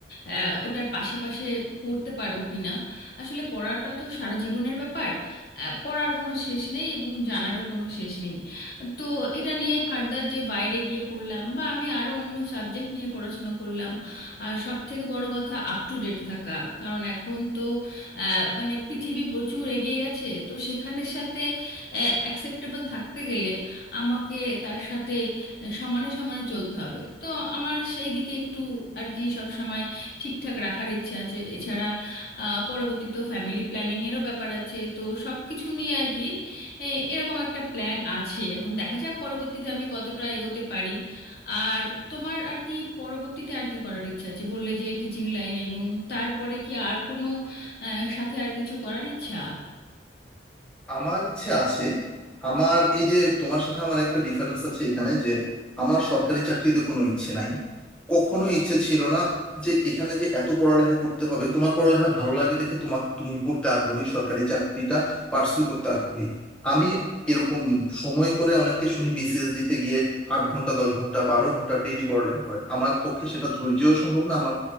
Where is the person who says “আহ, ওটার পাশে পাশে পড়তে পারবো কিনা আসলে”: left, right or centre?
Left